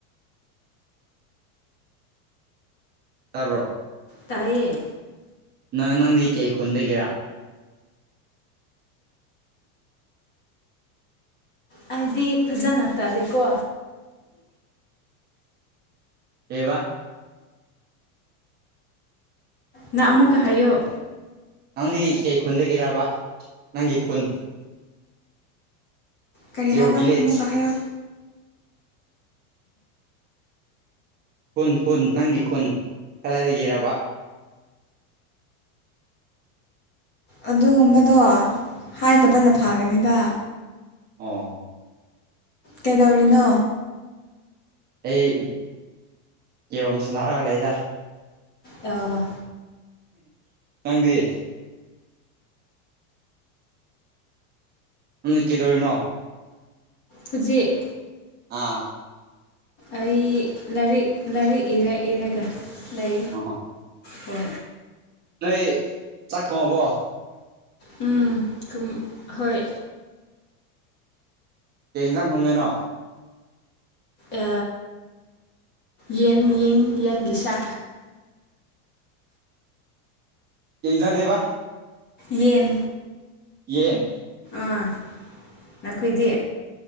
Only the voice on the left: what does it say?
ꯇꯏꯌꯦ
ꯍꯥꯏꯗꯤ ꯐꯖꯅ ꯇꯥꯗꯦꯀꯣ
ꯅꯥ ꯑꯃꯨ ꯀ ꯍꯥꯏꯑꯣ
ꯀꯔꯤ
ꯍꯥꯏꯕ
ꯑꯃꯨꯛꯀ ꯍꯥꯏꯌꯣ
ꯑꯗꯨꯒꯨꯝꯕꯗꯣ ꯍꯥꯏꯗꯕꯅ ꯐꯒꯅꯤꯗ
ꯀꯩꯗꯧꯔꯤꯅꯣ
ꯑ
ꯍꯧ ꯎꯆꯦꯛ
ꯑꯩ ꯂꯥꯏꯔꯤꯛ ꯂꯥꯏꯔꯤꯛ ꯏꯔ ꯏꯔꯒ ꯂꯩ
ꯍ
ꯎꯝ ꯍꯣꯏ
ꯑ ꯌꯦꯟ ꯌꯦꯡ ꯌꯦꯡꯒꯤꯁꯥ
ꯌꯦꯟ
ꯑꯥ ꯅꯈꯣꯏꯗꯤ